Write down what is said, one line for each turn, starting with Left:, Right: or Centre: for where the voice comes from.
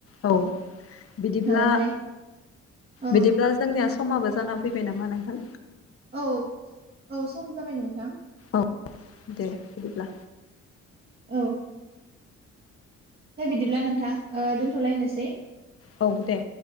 Left: औ बिदिब्ला
Right: औ ओमफ्राय औ
Left: बिदिब्ला जोंनिया समाबो जाना फैबाय नामा नोंथां?
Right: औ औ सम जाबाय नोंथां।
Left: औ दे बिदिब्ला।
Right: औ दे बिदिब्ला नोंथां दोनथ'लायनोसै।
Left: औ दे।